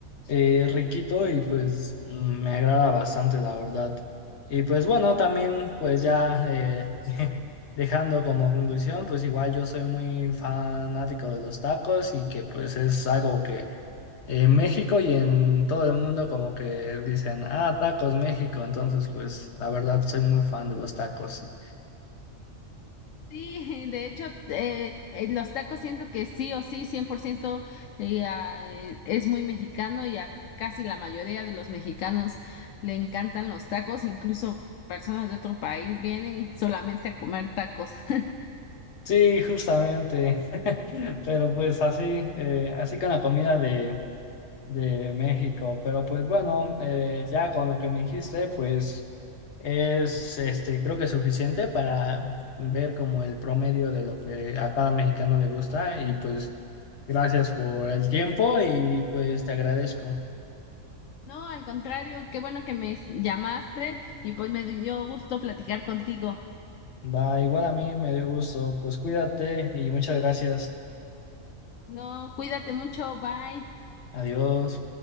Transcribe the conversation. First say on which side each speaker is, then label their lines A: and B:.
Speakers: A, on the left; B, on the left.
A: eh, riquito y pues mm, me agrada bastante, la verdad. Y pues bueno, también pues ya eh, <laughs> dejando como conclusión, pues igual yo soy muy fanático de los tacos y que pues es algo en México y en todo el mundo como que dicen, ah, tacos México, entonces pues la verdad soy muy fan de los tacos. Sí,
B: Sí, <laughs> de hecho, eh, eh, los tacos siento que sí o sí, 100% eh, ah, eh, es muy mexicano y a casi la mayoría de los mexicanos le encantan los tacos, incluso personas de otro país vienen solamente a comer tacos. <laughs>
A: Sí, justamente, <laughs> pero pues así, eh, así con la comida de, de México, pero pues bueno, eh, ya con lo que me dijiste, pues es, este, creo que es suficiente para ver como el promedio de lo que a cada mexicano le gusta y pues gracias por el tiempo y pues te agradezco.
B: No, al contrario, qué bueno que me llamaste y pues me dio gusto platicar contigo.
A: Va, igual a mí me dio gusto. Pues cuídate y muchas gracias.
B: No, cuídate mucho, bye.
A: Adiós.